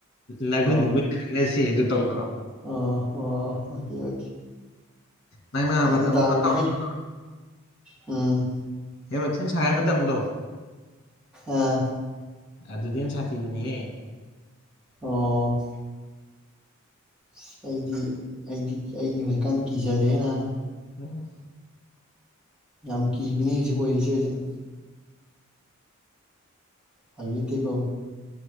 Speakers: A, on the left; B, in the centre.
A: ꯅꯒꯨꯟ
B: ꯑꯣ
A: ꯏꯒꯨꯟ ꯈꯪꯅꯁꯦ ꯗꯨ ꯇꯧꯅꯔꯣ
B: ꯑꯣ ꯑꯣ ꯑꯣꯀꯦ ꯑꯣꯀꯦ
A: ꯅꯪꯅ
B: ꯑꯩꯗꯤ
A: ꯃꯇꯝ
B: ꯇꯥꯕꯅꯤꯍꯦ
A: ꯑꯃ ꯇꯧꯔꯝꯕꯗꯣ
B: ꯎꯝ
A: <unintelligible> ꯊꯤꯟ ꯁꯥꯟꯅ ꯃꯇꯝꯗꯣ
B: ꯑꯥ
A: ꯑꯗꯨꯗꯩ ꯍꯦꯟꯅ ꯁꯥꯊꯤꯕꯅꯦꯍꯦ
B: ꯑꯣ ꯑꯁ ꯑꯩꯗꯤ ꯑꯩꯗꯤ ꯑꯩꯗꯤ ꯍꯧꯖꯤꯛꯀꯥꯟ ꯀꯤꯖꯔꯦ ꯅꯥ
A: ꯎꯝ ꯎꯝ
B: ꯌꯥꯝ ꯀꯤꯕꯅꯦ ꯍꯧꯖꯤꯛ ꯑꯣꯏꯔꯤꯁꯦ ꯍꯧꯖꯤꯛ ꯐꯒꯤ ꯅꯠꯇꯦꯀꯣ